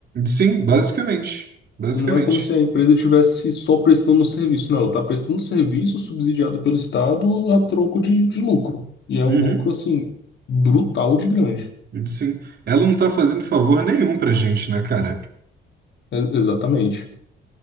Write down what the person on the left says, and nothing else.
Não é como se a empresa tivesse só prestando um serviço, não. Ela está prestando um serviço subsidiado pelo Estado a troco de, de lucro. E é um
lucro, assim, brutal de grande.
É- exatamente.